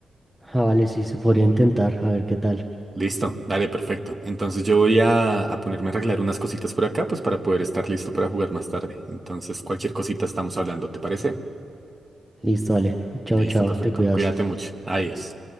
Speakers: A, in the centre; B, on the right.
A: Ah, vale, sí, se podría intentar, a ver qué tal.
B: Listo, dale, perfecto. Entonces yo voy a, a ponerme a arreglar unas cositas por acá, pues para poder estar listo para jugar más tarde. Entonces cualquier cosita estamos hablando, ¿te parece?
A: Listo, vale. Chao,
B: Listo,
A: chao,
B: perfecto.
A: te cuidas.
B: Cuídate mucho. Adiós.